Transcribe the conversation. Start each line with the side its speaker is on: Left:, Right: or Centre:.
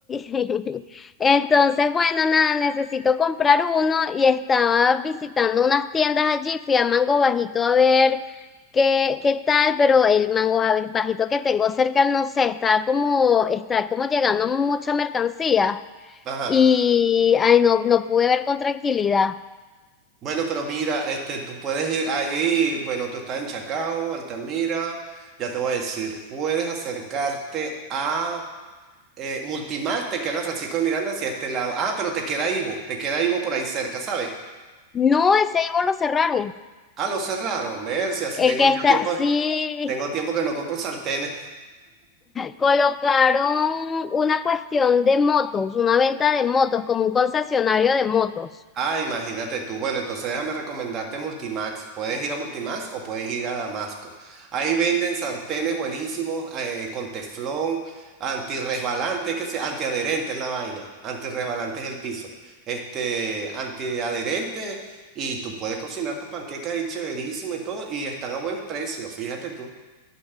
Left: <laughs> entonces bueno, nada, necesito comprar uno y estaba visitando unas tiendas allí, fui a Mango Bajito a ver qué, qué tal, pero el Mango Bajito que tengo cerca, no sé, está como, está como llegando mucha mercancía
Right: ajá.
Left: y ay, no, no pude ver con tranquilidad.
Right: Bueno, pero mira, este, tú puedes ir ahí, bueno, tú estás en Chacao, Altamira, ya te voy a decir, puedes acercarte a eh, Multimax, te queda en Francisco de Miranda hacia este lado. Ah, pero te queda Ivo, te queda Ivo por ahí cerca, ¿sabes?
Left: No, ese Ivo lo cerraron.
Right: Ah, lo cerraron, ver si así
Left: El
Right: tengo
Left: que
Right: yo
Left: está,
Right: tiempo,
Left: sí,
Right: tengo tiempo que no compro sartenes.
Left: Colocaron una cuestión de motos, una venta de motos, como un concesionario de motos.
Right: Ah, imagínate tú. Bueno, entonces déjame recomendarte Multimax. Puedes ir a Multimax o puedes ir a Damasco. Ahí venden sartenes buenísimos eh, con teflón, antirresbalante, que sea, antiadherente es la vaina. Antirresbalante es el piso. Este, antiadherente y tú puedes cocinar tus panquecas ahí chéverísimo y todo y están a buen precio, fíjate tú.